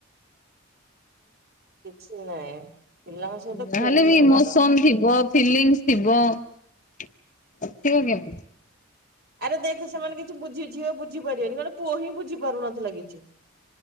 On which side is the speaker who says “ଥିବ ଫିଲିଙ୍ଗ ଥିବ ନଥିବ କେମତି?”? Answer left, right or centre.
Left